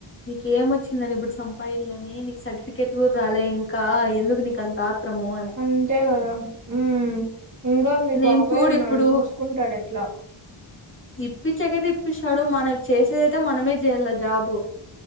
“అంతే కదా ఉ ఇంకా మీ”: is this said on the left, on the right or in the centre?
Right